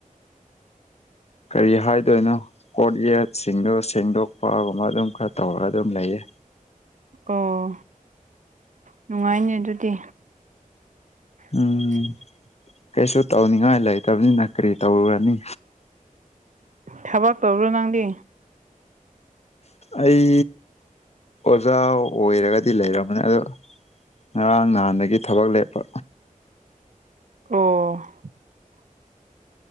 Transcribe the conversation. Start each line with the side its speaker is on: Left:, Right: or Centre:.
Left: ꯀꯔꯤ ꯍꯥꯏꯗꯣꯏꯅꯣ ꯀꯣꯔꯣꯠ ꯌꯦꯠꯁꯤꯡꯗꯣ ꯁꯦꯡꯗꯣꯛꯄꯒꯨꯝꯕ ꯑꯗꯨꯝ ꯈꯔ ꯇꯧꯔꯒ ꯑꯗꯨꯝ ꯂꯩꯌꯦ
Right: ꯑꯣ ꯅꯨꯡꯉꯥꯏꯅꯤ ꯑꯗꯨꯗꯤ
Left: ꯎꯝ
Right: <inaudible>
Left: ꯀꯩꯁꯨ ꯇꯧꯅꯤꯡꯉꯥꯏ ꯂꯩꯇꯕꯅꯤꯅ ꯀꯔꯤ ꯇꯧꯔꯨꯔꯅꯤ
Right: ꯊꯕꯛ ꯇꯧꯕ꯭ꯔꯣ ꯅꯪꯗꯤ
Left: ꯑꯩ ꯑꯣꯖꯥ ꯑꯣꯏꯔꯒꯗꯤ ꯂꯩꯔꯝꯕꯅꯦ ꯑꯗꯣ ꯉꯔꯥꯡ ꯅꯍꯥꯟꯗꯒꯤ ꯊꯕꯛ ꯂꯦꯞꯄ
Right: ꯑꯣ